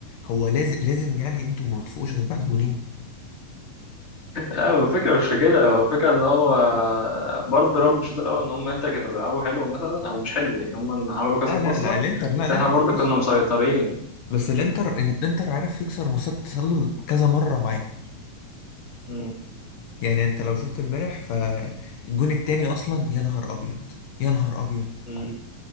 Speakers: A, on the left; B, on the left.
A: هو لازم لازم يعني انتوا ما بتفوقوش غير بعد جونين
B: لا هو الفكرة مش في كده هو الفكرة ان هو برضه رغم الشوط الاول ان هم انت كانوا بيلعبوا حلو مثلا او مش حلو يعني هم عملوا كذا
A: لا
B: فرصة
A: لا لا الانتر لا
B: بس
A: الانتر
B: احنا برضه كنا
A: بص
B: مسيطرين
A: بس الانتر الانتر عارف يكسر مصيدة التسلل كذا مرة معاكم
B: امم
A: يعني انت لو شفت امبارح فالجون التاني اصلا يا نهار ابيض يا نهار ابيض
B: امم